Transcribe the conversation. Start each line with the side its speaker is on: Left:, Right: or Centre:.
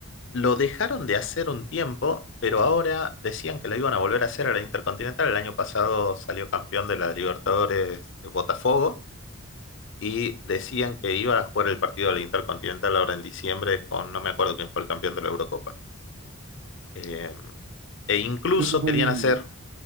Left: lo dejaron de hacer un tiempo, pero ahora decían que la iban a volver a hacer a la Intercontinental. El año pasado salió campeón de la Libertadores eh, Botafogo y decían que iba a jugar el partido de la Intercontinental ahora en diciembre con no me acuerdo quién fue el campeón de la Eurocopa. Eh, e incluso
Right: Creo que fue
Left: querían
Right: el,
Left: hacer,